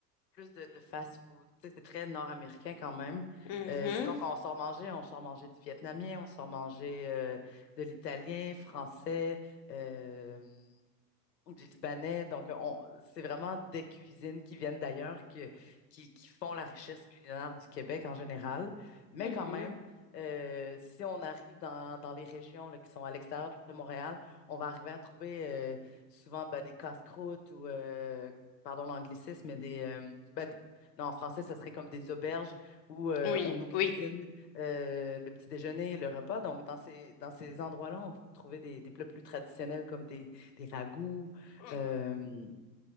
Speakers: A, on the left; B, on the left.
A: plus de, de fast-food. Tu sais, C'est très nord-américain quand même.
B: Mhm,
A: Euh, sinon, quand on sort manger, on sort manger du vietnamien, on sort manger euh, de l'italien, français. euh, du Libanais. Donc, on, c'est vraiment des cuisines qui viennent d'ailleurs, que- qui, qui font la richesse culinaire du Québec en général. Mais
B: mhm.
A: quand même, euh, si on arrive dans, dans les régions là, qui sont à l'extérieur de Montréal, on va arriver à trouver euh, souvent ben, des casse-croûtes ou, euh, pardon l'anglicisme, mais des... euh, ben, d- non, en français, ce serait comme des auberges où euh,
B: Oui,
A: on nous cuisine
B: oui.
A: euh, le petit déjeuner, le repas. Donc, dans ces, dans ces endroits-là, on va retrouver des, des plats plus traditionnels comme des, des ragoûts,
B: Hum,
A: euh,